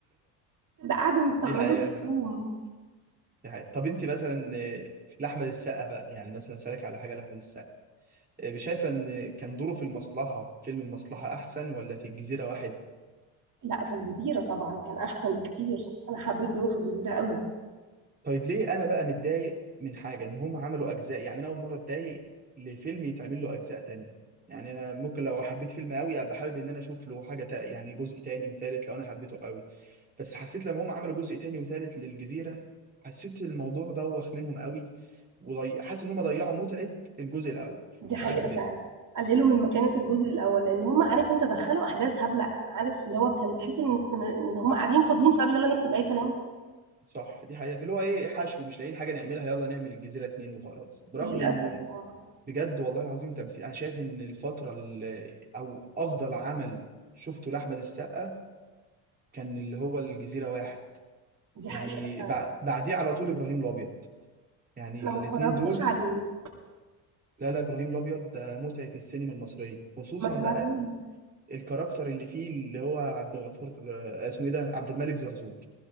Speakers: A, on the right; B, on the right.
A: ده قاعدة مستغربة
B: دي حقيقة
A: الهدوم
B: دي حقيقة طب انت مثلا آه، لأحمد السقا بقى يعني مثلا سألك على حاجة لأحمد السقا آه، شايفة إن كان دوره في المصلحة فيلم المصلحة أحسن ولا في الجزيرة واحد؟
A: لا في الجزيرة طبعا كان أحسن بكتير أنا حبيت ظروف الجزيرة قوي
B: طيب ليه أنا بقى متضايق من حاجة إن هم عملوا أجزاء يعني أنا أول مرة أتضايق لفيلم يتعمل له أجزاء تانية يعني أنا ممكن لو حبيت فيلم قوي أبقى حابب إن أنا أشوف له حاجة تا... يعني جزء تاني وتالت لو أنا حبيته قوي بس حسيت لما هم عملوا جزء تاني وتالت للجزيرة حسيت الموضوع بوخ منهم قوي وضي... حاسس إن هم ضيعوا متعة الجزء الأول
A: دي
B: مش
A: حقيقة
B: عارف ليه
A: فعلا قللوا من مكانة الجزء الأول لأن هم عارف أنت دخلوا أحداث هبلة عارف اللي هو كان تحس إن السن... إن هم قاعدين فاضيين فقالوا يلا نكتب أي كلام
B: صح دي حقيقة اللي هو ايه حشو مش لاقيين حاجة نعملها يلا نعمل الجزيرة اتنين وخلاص برغم
A: للأسف
B: انه
A: اه
B: بجد والله العظيم تمثيل انا شايف ان الفترة اللي او افضل عمل شفته لأحمد السقا كان اللي هو الجزيرة واحد
A: دي
B: يعني
A: حقيقة فعلا
B: بع- بعديه على طول ابراهيم الابيض يعني
A: أنا
B: الاتنين
A: ما اتفرجتش
B: دول
A: عليه
B: لا لا ابراهيم الابيض ده متعة السينما المصرية خصوصا
A: ما تبعتهولي
B: بقى الكاركتر اللي فيه اللي هو عبد الغفور آه، اسمه ايه ده عبد الملك زرزور